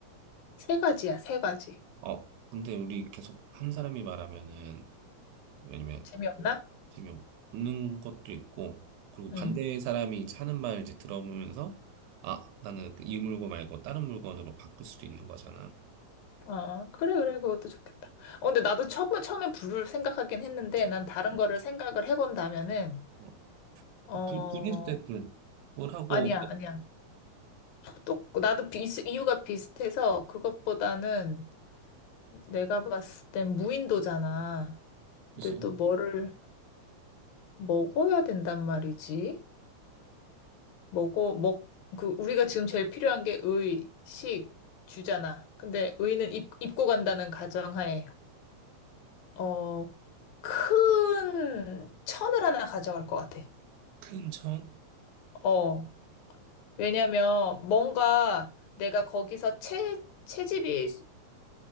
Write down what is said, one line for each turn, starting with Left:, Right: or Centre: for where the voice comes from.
Left: 세 가지야, 세 가지.
Right: 어, 근데 우리 계속 한 사람이 말하면은, 왜냐면,
Left: 재미없나?
Right: 그 지금 웃는 것도 있고, 그리고
Left: 응.
Right: 반대 사람이 이제 하는 말 이제 들어보면서, 아, 나는 그이 물건 말고 다른 물건으로 바꿀 수도 있는 거잖아.
Left: 아, 그래, 그래, 그것도 좋겠다. 어, 근데 나도 처음, 처음에 불을 생각하긴 했는데,
Right: 그치?
Left: 난 다른
Right: 뭐,
Left: 거를 생각을 해본다면은,
Right: 뭐.
Left: 어,
Right: 아, 불, 불 해도 돼, 불. 불하고,
Left: 아니야, 아니야. 또, 나도 비, 이유가 비슷해서, 그것보다는 내가 봤을 땐 무인도잖아. 근데
Right: 그치?
Left: 또 뭐를 먹어야 된단 말이지? 먹어, 먹, 그, 우리가 지금 제일 필요한 게 의, 식, 주잖아. 근데 의는 입, 입고 간다는 가정하에. 어, 큰 천을 하나 가져갈 것 같아.
Right: 큰 천?
Left: 어. 왜냐면 뭔가 내가 거기서 채, 채집이